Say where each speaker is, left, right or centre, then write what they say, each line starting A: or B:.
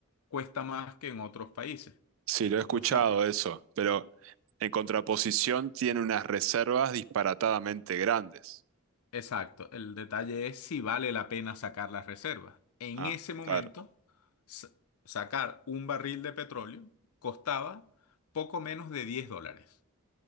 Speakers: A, on the left; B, on the right.
A: cuesta más que en otros países,
B: Sí,
A: que en
B: lo he
A: otros
B: escuchado
A: sitios.
B: eso, pero en contraposición tiene unas reservas disparatadamente grandes.
A: Exacto, el detalle es si vale la pena sacar las reservas. En
B: Ah,
A: ese momento,
B: claro,
A: sa- sacar un barril de petróleo costaba poco menos de 10 dólares